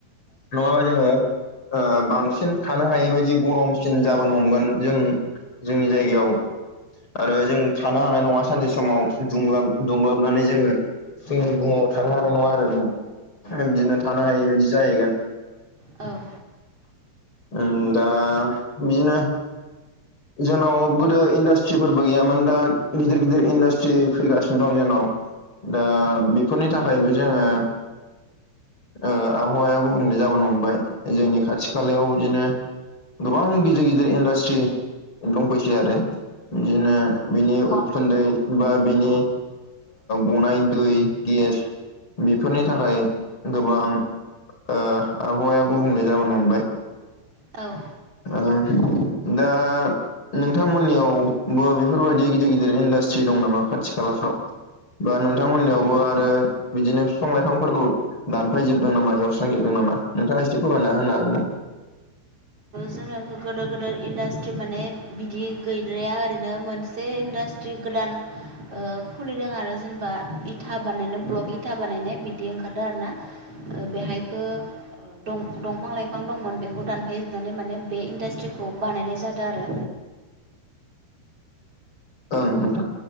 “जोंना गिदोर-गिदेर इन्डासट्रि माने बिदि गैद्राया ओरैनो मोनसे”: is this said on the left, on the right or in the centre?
Right